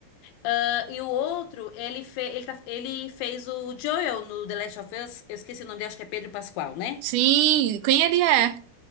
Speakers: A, on the left; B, on the right.
A: Ah, e o outro, ele, fe, ele, tá- ele fez o Joel no The Last of Us. Eu esqueci o nome dele, acho que é Pedro Pascal, né?
B: Sim, quem ele é?